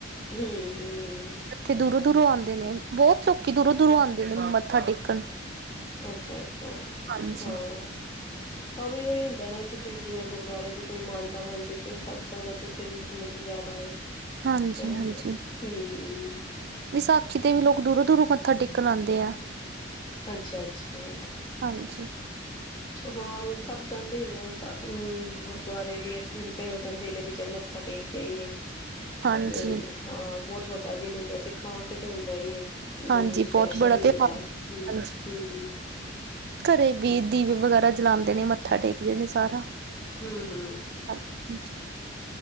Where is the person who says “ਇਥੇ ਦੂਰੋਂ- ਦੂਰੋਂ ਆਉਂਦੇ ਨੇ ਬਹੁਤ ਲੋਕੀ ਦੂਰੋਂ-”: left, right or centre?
Right